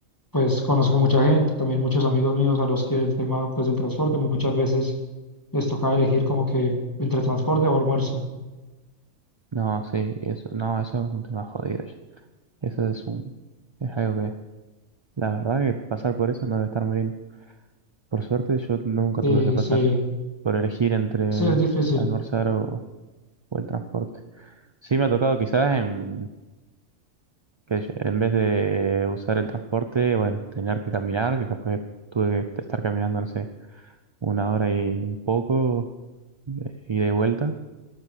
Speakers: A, on the left; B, on the right.
A: pues conozco mucha gente, también muchos amigos míos a los que el tema pues del transporte muchas veces les tocaba elegir como que entre transporte o almuerzo,
B: no, sí, eso, no, eso es un tema jodido Eso es un, es algo que, la verdad que pasar por eso no debe estar muy lindo. Por suerte yo nunca
A: Eh,
B: tuve que pasar
A: se-
B: por elegir entre
A: sí es difícil.
B: almorzar o, o el transporte. Sí me ha tocado quizás en, que yo- en vez de usar el transporte, bueno, tener que caminar, que capaz que tuve que estar caminando, no sé, una hora y un poco, eh, ida y vuelta,